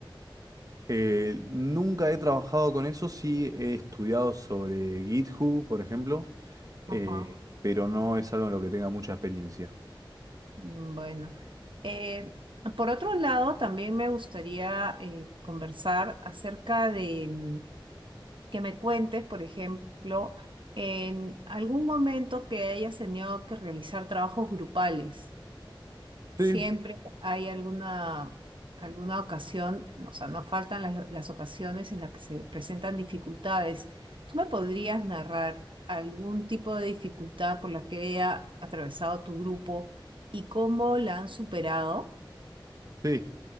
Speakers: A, on the right; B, on the right.
A: Eh, nunca he trabajado con eso, sí he estudiado sobre GitHub, por ejemplo, eh,
B: Ajá.
A: pero no es algo en lo que tenga mucha experiencia.
B: Mm, Bueno. Eh, por otro lado, también me gustaría eh, conversar acerca de mm, que me cuentes, por ejemplo, en algún momento que hayas tenido que realizar trabajos grupales. Siempre
A: Sí,
B: hay alguna, alguna ocasión, o sea, no faltan las, las ocasiones en las que se presentan dificultades. ¿Tú me podrías narrar algún tipo de dificultad por la que haya atravesado tu grupo y cómo la han superado?
A: sí.